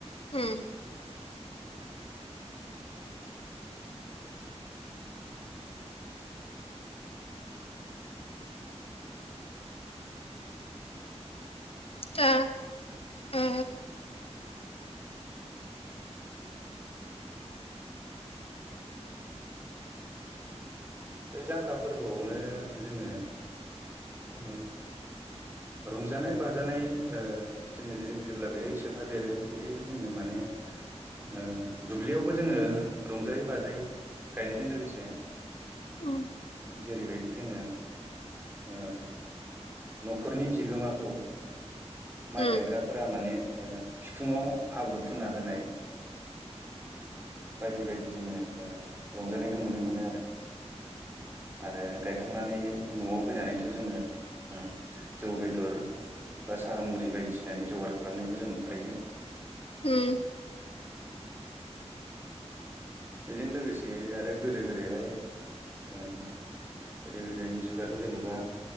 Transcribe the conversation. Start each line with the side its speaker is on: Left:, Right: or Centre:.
Left: ओम दा ओ
Right: बे जांख्रा फोरबोआवनो जोङो ओ रंजानाय बाजानाय ओ जोङो जे जेब्ला बेहाय सोफादेरो बेहायबो जोङो माने ओ दुब्लियावबो जोङो रंजायै बाजायै गायनायजों लोगोसे
Left: उम
Right: जेरैबायदि जोङो ओ न'खरनि बिगोमाखौ माइ
Left: उम
Right: गायग्रा फोरा माने बिखुआव हाब्रु फुना होनाय बायदि बायदि जोङो ओ रंजानायखौ नुनो मोनो आरो। आरो गायखांनानै न'आव फैनानैथ' जोङो ओ जौ बेदर बा साहा मुरि बायदिसिनानि जगार खालामनायखौ जों नुफायो।
Left: उम
Right: बेजों लोगोसे आरो गोदो गोदायहाय ओ गोदो गोदायनि जुगाथ' जेनेबा